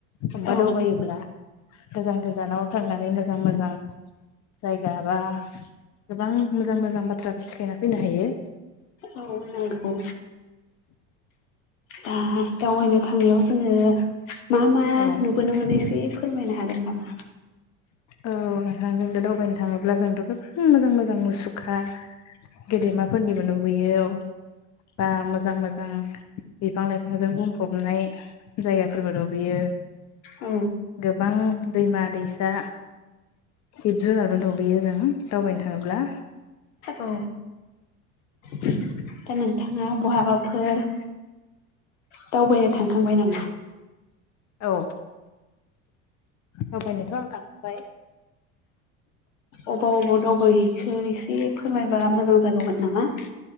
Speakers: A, on the left (about 45°); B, on the left (about 85°).
A: अबबा
B: औ
A: दावबायोब्ला गोजान गोजानाव थांनानै मोजां मोजां जाय गाबा गोबां मोजां मोजां बाथ्रा सिखायना फैनो हायो।
B: औ नोंगौ। दा दावबायनो थांनायाव जोङो मा मा
A: औ
B: नुबोनो मोनोसै फोरमायनो हागोन नामा?
A: औ नोंथां जोंथ दावबायनो थाङोब्ला जोंथ गोबां मोजां मोजां मुसुखा गेदेमाफोरनिबो नुुबोयो औ बा मोजां मोजां बिफां लाइफांजों बुंफबनाय जायगाफोरबो नुबोयो।
B: औ
A: गोबां दैमा दै दा जिब जुनारबो नुबोयो जों दावबायनो थाङोब्ला
B: औ। दा नोंथाङा बहाबाफोर दावबायनो थांखांबाय नामा?
A: औ दफायनोथ आं थांबाय।
B: अबा अबाव दावबायहैखो एसे फोरमायबा मोजां जागौमोन नामा?